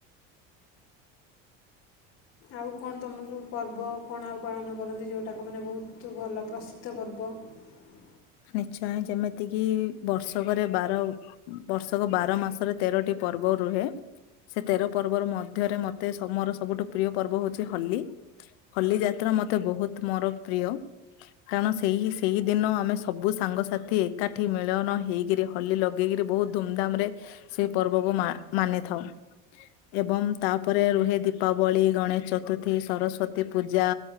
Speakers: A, on the left; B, on the left.
A: ଆଉ କଣ ତୁମର ସବୁ ପର୍ବ କଣ ଆଉ ପାଳନ କରନ୍ତି ଯେଉଁଟାକ ମାନେ ବହୁତ ଭଲ ପ୍ରସିଦ୍ଧ ପର୍ବ? ବ।
B: ନିଶ୍ଚୟ ଯେମିତିକି ବର୍ଷକରେ ବାର ବର୍ଷକ ବାର ମାସରେ ତେରଟି ପର୍ବ ରୁହେ। ସେ ତେର ପର୍ବ ମଧ୍ୟରେ ମତେ ମୋର ସବୁଠୁ ପ୍ରିୟ ପର୍ବ ହଉଛି ହୋଲି ହୋଲି ଯାତ୍ରା ମତେ ମୋର ବହୁତ ପ୍ରିୟ କାରଣ ସେହି ଦିନ ଆମେ ସବୁ ସାଙ୍ଗସାଥି ଏକାଠି ମିଳନ ହେଇକିରି ହୋଲି ଲଗେଇକିରି ବହୁତ ଧୁମଧାମ ରେ ସେ ପର୍ବ ମାନିଥାଉ। ଏବଂ ତାପରେ ରୁହେ ଦୀପାବଳି, ଗଣେଶ ଚତୁର୍ଥୀ, ସରସ୍ଵତୀ ପୂଜା